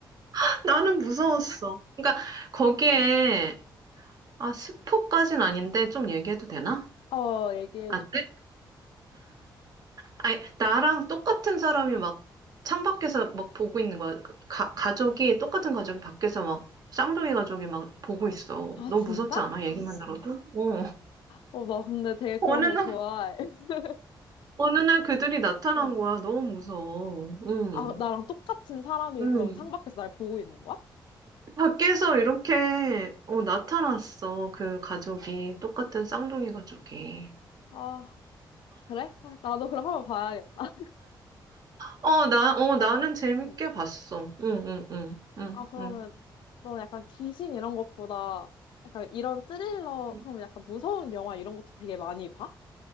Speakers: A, on the right; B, on the left.
A: <laughs> 나는 무서웠어. 그러니까, 거기에,
B: 응.
A: 아, 스포까진 아닌데, 좀 얘기해도 되나?
B: 어, 얘기해줘.
A: 안 돼? 아니, 나랑 똑같은 사람이 막, 창밖에서 막 보고 있는 거야. 그 가, 가족이, 똑같은 가족이 밖에서 막, 쌍둥이 가족이 막 보고 있어.
B: 아,
A: 너무
B: 진짜?
A: 무섭지 않아? 얘기만 들어도? 어.
B: 어, 나 근데 되게 그런
A: 어느
B: 거
A: 날,
B: 좋아해. <laughs>
A: 어느 날 그들이 나타난
B: 어.
A: 거야. 너무 무서워. 응.
B: 아, 나랑 똑같은 사람이
A: 응.
B: 그럼 창밖에서 날 보고 있는 거야?
A: 밖에서 이렇게 어, 나타났어. 그 가족이. 똑같은 쌍둥이 가족이.
B: 아, 그래? 아, 나도 그럼 한번 봐야겠다.
A: 어, 나, 어, 나는 재밌게
B: 응.
A: 봤어. 응, 응, 응, 응,
B: 아, 그러면
A: 응.
B: 너는 약간 귀신 이런 것보다 약간 이런 스릴러,
A: 응.
B: 그러면 약간 무서운 영화 이런 것도 되게 많이 봐?